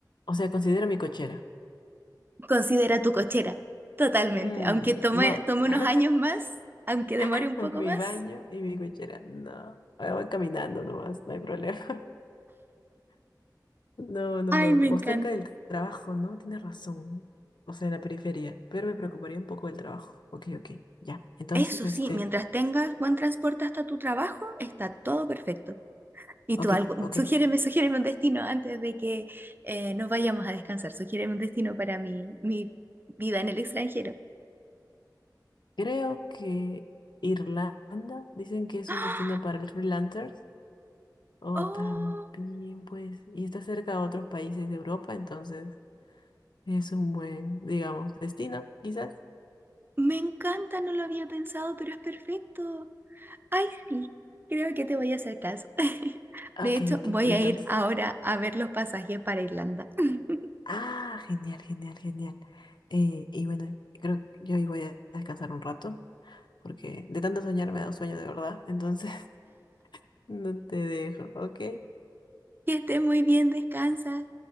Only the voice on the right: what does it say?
Considera tu cochera, totalmente.
Aunque tome,
tome
unos años más, aunque demore
un poco
más.
Ay,
me
encanta.
Eso
sí, mientras tengas buen transporte hasta tu trabajo, está todo perfecto. Y
tú algo, <laughs>
sugiéreme, sugiéreme un destino antes de que eh, nos vayamos a descansar. Sugiéreme un destino para mi, mi vida en el extranjero.
<gasps>
¡Ah!
¡Oh!
Me encanta, no lo había pensado, pero es perfecto. Ay, sí, creo que te voy a hacer caso. <laughs>
De hecho,
voy
a ir ahora a ver los pasajes para Irlanda. <laughs>
Que estés muy bien, descansa.